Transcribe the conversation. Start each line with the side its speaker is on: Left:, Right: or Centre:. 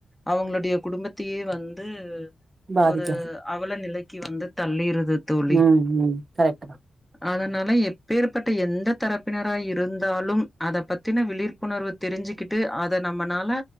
Centre: அவங்களுடைய குடும்பத்தையே வந் துஉ
Right: பாதிக்கிறது.
Centre: ஒரு அவல நிலைக் க்கி வந்து தள்ளிருது தோழி
Right: உ உ கரெக்ட் தா
Centre: அதனால எப்பேற்பட்ட எந்த தரப்பினரா இருந்தாலு அத பத்தின விழிப்புணர்வு தெரிஞ்சுக்கிட்டு அத நம்மளால